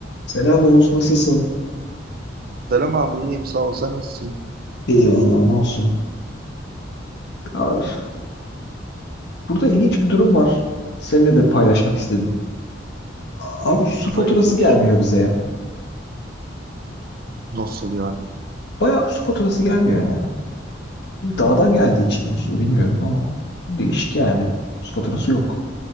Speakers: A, on the left (about 65°); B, on the right (about 55°).
A: Selam Oğuz, nasılsın?
B: Selam abi iyiyim sağ ol sen nasılsın?
A: Eyvallah ne olsun. Abi, burada ilginç bir durum var. Seninle de paylaşmak istedim. A- Abi su faturası
B: Hayırdır?
A: gelmiyor bize ya.
B: Nasıl yani?
A: Bayağı su faturası gelmiyor yani. Dağdan geldiği için mi su bilmiyorum ama değişik yani. Su faturası yok.